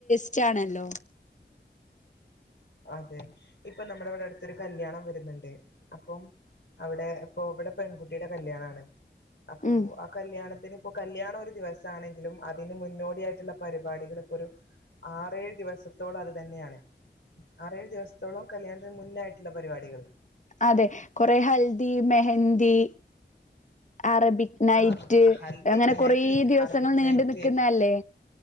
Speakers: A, on the left; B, on the left.
A: ച്ചാണല്ലോ
B: അതെ ഇപ്പൊ നമ്മടെവിടെ അടുത്തൊരു കല്യാണം വരുന്നുണ്ട് അപ്പം അവിടെ ഇപ്പൊ ഇവിടെ പെൺകുട്ടിയുടെ കല്യാണാണ് അപ്പോ
A: ഉം
B: ആ കല്യാണത്തിന് ഇപ്പൊ കല്യാണം ഒരു ദിവസാണെങ്കിലും അതിന് മുന്നോടിയായ്ട്ട്ള്ള പരിപാടികൾ ഇപ്പോ ഒരു ആറേഴ് ദിവസത്തോളം അത് തന്നെയാണ് ആറേഴ് ദിവസത്തോളം കല്യാണത്തിന് മുന്നായിട്ടുള്ള പരിപാടികൾ
A: അതെ കൊറെ ഹൽദി മെഹന്തി അറബിക് നൈറ്റ്
B: ആ ഹൽദി
A: അങ്ങനെ
B: മെഹന്തി
A: കൊറേ ദിവസങ്ങൾ
B: അറബിക്
A: നീണ്ടു
B: നൈറ്റ്
A: നിക്കുന്നേല്ലേ